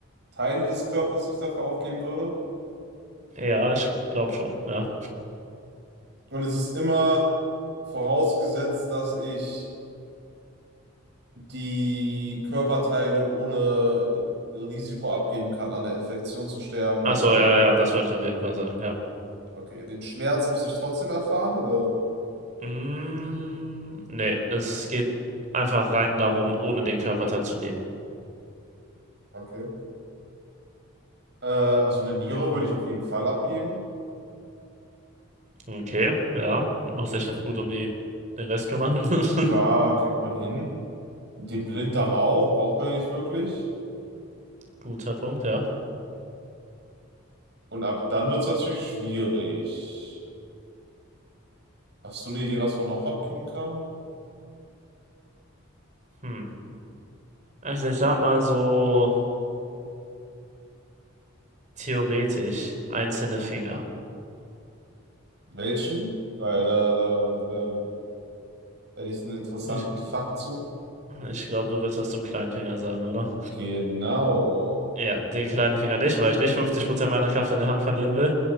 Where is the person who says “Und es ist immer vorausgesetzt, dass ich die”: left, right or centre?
Right